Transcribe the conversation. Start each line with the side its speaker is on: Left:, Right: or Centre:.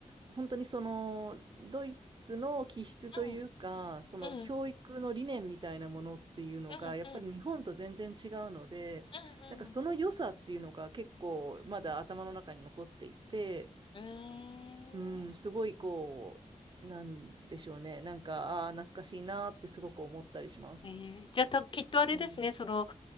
Right: 本当にそのドイツの気質というか、
Left: うん、
Right: その教育の理念みたいなものっていうのが、
Left: うん、うんうん、
Right: やっぱり日本と全然違うので、
Left: うんうん。
Right: なんかその良さっていうのが結構まだ頭の中に残っていて、
Left: うーん。
Right: うん、すごいこう、なんでしょうね、なんか、ああ、懐かしいなってすごく思ったりします。
Left: ええ、じゃ、たきっとあれですね、
Right: うん
Left: その